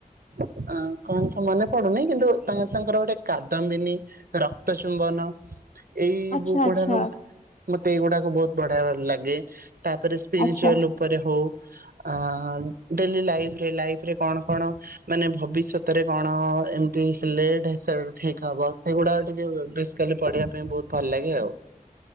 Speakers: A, on the right; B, on the left.
A: ଅଁ କଣ ତ ମନେ ପଡୁନି କିନ୍ତୁ ତାଙ୍କ ସାଙ୍ଗର ଗୋଟେ କାଦମ୍ବିନୀ, ରକ୍ତ ଚୁମ୍ବନ, ଏଇବୁକୁଉଡା
B: ଆଚ୍ଛା ଆଚ୍ଛା
A: ସ ମତେ ଏଇଗୁଡାକୁ ବହୁତ ବଢିଆ ଲାଗେ। ତାପରେ ସ୍ପିରିଚୁଆଲ
B: ଆଚ୍ଛା
A: ଉପରେ ହଉ। ଆ ଡେଲି ଲାଇଫରେ ଲାଇଫ ରେ କଣ କଣ ମାନେ ଭବିଷ୍ୟତରେ କଣ ଏମିତି ଲେଟ ହିସାବରେ ଠିକ ହବ। ସେଗୁଡା ଟିକେ ବିସିକାଲି ପଢିବା ପାଇଁ ବହୁତ ଭଲ ଲାଗେ ଆଉ। <inaudible>